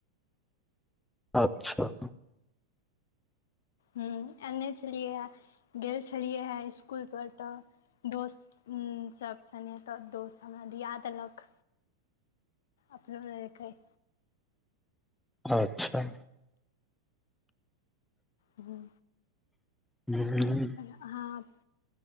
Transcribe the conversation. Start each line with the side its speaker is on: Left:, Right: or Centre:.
Centre: अच्छा
Left: ह एने छलियै हे गेल छलियै हे इसकुल पर तऽ दोस्त सभ सनेे तऽ दोस्त हमरा दिया देलक अपनो लेलकैय।
Centre: अच्छा
Left: हूँ
Centre: हू
Left: आहाँ